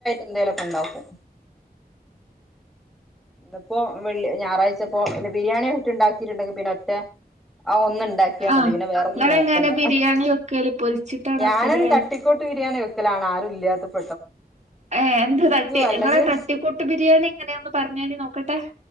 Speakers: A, in the centre; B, on the right.
A: എന്തേലുയൊക്കെയിണ്ടാവും ന്ന്പ്പോ വെള്ളി ഞായറാഴ്ച്ചപ്പോ ഇങ്ങനെ ബിരിയാണി ഇണ്ടാക്കി ഇണ്ടാക്കിണ്ട് ഒറ്റ ആ ഒന്ന് ഉണ്ടാക്കിയാൽ മതി
B: ആഹ്
A: പിന്നെ വേറൊന്നും
B: നിങ്ങളെങ്ങനെ
A: നോക്കണ്ട
B: ബിരിയാണി വെക്കല് പൊരിച്ചിട്ടാണോ
A: ഞാനൊരു
B: വെക്കല്
A: തട്ടിക്കോട്ട് ബിരിയാണി വെക്കലാണ് ആരുമില്ലാത്തപ്പോ.
B: ഏ എന്ത് തട്ടി
A: അല്ലെങ്കിൽ
B: ഇങ്ങളെ തട്ടിക്കൂട്ട് ബിരിയാണി എങ്ങനെയൊന്ന് പറഞ്ഞിത്താണി നോക്കട്ടെ ട്ടെ